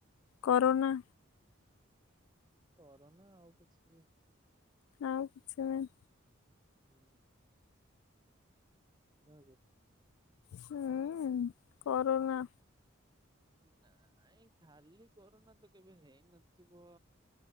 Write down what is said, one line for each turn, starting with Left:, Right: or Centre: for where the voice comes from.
Left: କରୋନା।
Right: କରୋନା ଆଉ କିଛି ବି?
Left: ଆଉ କିଛି ନାଇଁ
Right: ହୁଁ। <inaudible>
Left: ହୁଁ, କରୋନା।
Right: ନାଇଁ ଖାଲି କରୋନା ତ କେବେ ହେଇନଥିବ।